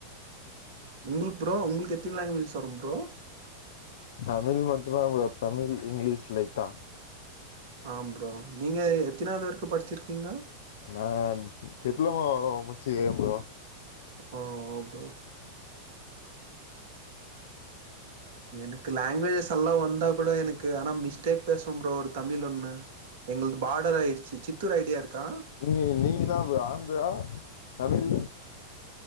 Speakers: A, on the right; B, on the left.
A: உங்களுக்கு ப்ரோ உங்களுக்கு எத்தின் லாங்வேஜ்ஸ் வரும் ப்ரோ
B: தமிழ் மட்டு்தா தமிழ் இங்கிலீஷ் லைட்டா
A: ஆ ப்ரோ நீங்க எத்தினாவது வரைக்கு படிச்சுருக்கீங்க
B: நா டிப்ளமோ முச்சுகறேன் ப்ரோ
A: ஒ ப்ரோ எனக்கு லாங்குவேஜஸ் எல்லாம் வந்தா கூட எனக்கு ஆனா மிஸ்டேக் பேசுவோ ப்ரோ ஒரு தமிழ் ஒண்ணு எங்களது பார்டர் ஆயிடுச்சு சித்தூர் ஐடியா இருக்கா
B: நீங்கி நீங்க தா ப்ரோ ஆந்தரா தமிழ்